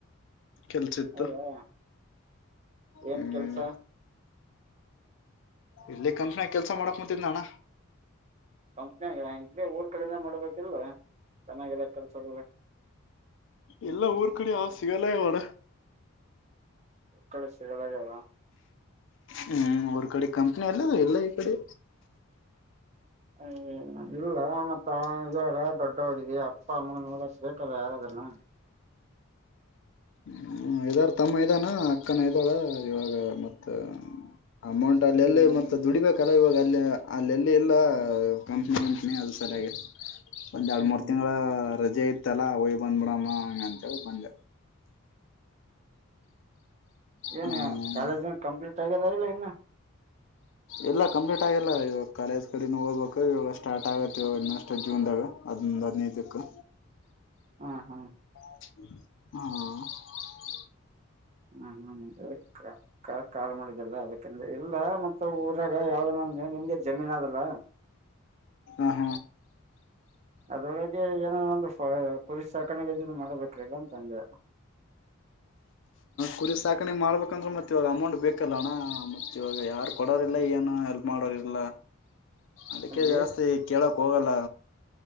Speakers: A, on the left; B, on the right.
A: ಕೆಲ್ಸಿತ್ತು
B: ಹೌದಾ ಏನ್
A: ಹ್ಮ್.
B: ಕೆಲ್ಸ
A: ಇಲ್ಲಿ ಕನಷಣ ಕೆಲ್ಸ ಮಾಡಕ್ ಮತ್ತಿದಣ್ಣ.
B: ಕಂಪ್ನಊ. ಕಡೆನ ಮಾಡಬೇಕಿಲ್ವಾ ಚೆನ್ನಾಗಿಾಗಿದೆ ಕೆಲ್ಸಗಳು.
A: ಎಲ್ಲ ಊರ್ ಕಡೆ ಆ ಸಿಗಲ್ಲ ಮಾಡಡ.
B: ಕಳಿಸ್ತಾವ <unintelligible>
A: ಹ್ಮ್ ಅವ್ರ ಕಡೆ ಕಂಪ್ನಿ ಎಲ್ಲೈತೆ
B: ಹ ಇಲ್ಲ ಮತ್ತ ಇವಲ್ಲ ದೊಡ್ಡ ಹೋಗಿದ್ದ ಅಪ್ಪ ಅಮ್ಮನ ನೋಡಕ್ ಬಟಲ್ಲ ಯಾರದನ್ನ.
A: ಹ್ಮ್ ಇದಾರ ತಮ್ಮ ಇದಾನ ಅಕ್ಕನ ಇದ್ದಾಳ ಇವಾಗ ಮತ್ತ. ಅಮೌಂಟ್ ಅಲ್ಲಿ ಎಲ್ಲಿ
B: ಹ್ಮ್
A: ಮತ್ತೆ ದುಡಿಬೇಕಲ್ಲ ಇವಾಗ. ಅಲ್ಲಿ ಅಲ್ಲೆಲ್ಲಿ ಎಲ್ಲ ಕಂಪ್ನಿ ಕಂಪ್ನಿ ಅದು ಸರಿಯಾಗಿ ಒಂದ್ ಎರಡು
B: ಹ್ಮ್
A: ಮೂರ್ ತಿಂಗಳ ರಜೆ ಐತ ಇತ್ತಲ್ಲಾ ಒಯ್ ಬಂದ್ಬಿಡಮ್ಮ ಹಂಗ ಅಂತ ಬಂದೆವು
B: ಏನು
A: ಹ್ಮ್
B: ಕಾಲೇಜ್ ಕಂಪ್ಲೀಟ್ ಆಗ್ಯದ ಇಲ್ಲ ಇನ್ನು ಹ
A: ಎಲ್ಲ ಕಂಪ್ಲೀಟ್ ಆಗಲ್ಲ ಇವಾಗ ಕಾಲೇಜ್ ಕಡೆನ ಹೋಗ್ಬೇಕು ಇವಾಗ ಸ್ಟಾರ್ಟ್ ಆಗತ್ತೆ ಇವಾಗ ಇನ್ನಷ್ಟಟ್ ಜೂನ್ದಾಗ ಹದೊಂದು ಹದಿನೈದಕ್ಕೆ
B: ಹಾ ಹಾ
A: ಹ್ಮ
B: ಹ್ಮ್ ಹ್ಮ್ ಕಾಲ್ ಮಾಡಳ ಅದಕಂದ್ರೆ ಇಲ್ಲ ಮತ್ತ ಊರಾಗ ಯಾವ್ದ ನ ನಿಮ್ದೇ ಜಮೀನ್ ಅದಲ್ಲ
A: ಆಹ
B: ಅದ್ರೊಳಗೆ ಏನ ಒಂದು ಕುರಿಸ್ ಸಾಕಾಣಗ ಇದನ್ ಮಾಡ್ಬೇಕ್ರಿಲ್ಲ ಅಂತ ಅಂದೆ
A: ಕುರಿ ಸಾಕಣೆ ಮಾಡ್ಬೇಕಂದ್ರೆ ಮತ್ತೆ ಇವಾಗ ಅಮೌಂಟ್ ಬೇಕಲ್ಲ ಅಣ್ಣ ಮತ್ತ ಇವಾಗ ಯಾರು ಕೊಡೋರ್ಲ್ಲ ಏನು ಹೆಲ್ಪ್ ಮಾಡೋರಿಲ್ಲ ಅದಕ್ಕೆ
B: ಅದ್
A: ಜಾಸ್ತಿ ಕೇಳಕ್ ಹೋಗಲ್ಲ